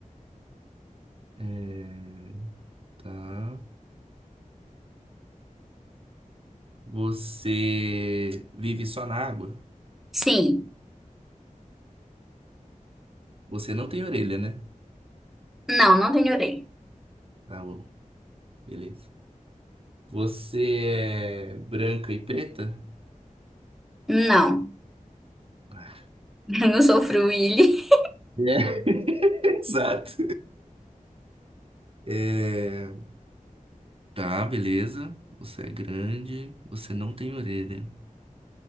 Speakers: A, on the right (about 45°); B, in the centre.
A: É, Tá. Você vive só na água?
B: Sim.
A: Você não tem orelha, né?
B: Não, não tenho orelha.
A: Tá bom, beleza. Você é branca e preta?
B: Não,
A: É.
B: <laughs> eu não sou fruíli.
A: <laughs> Exato. É, Tá, beleza. Você é grande, você não tem orelha.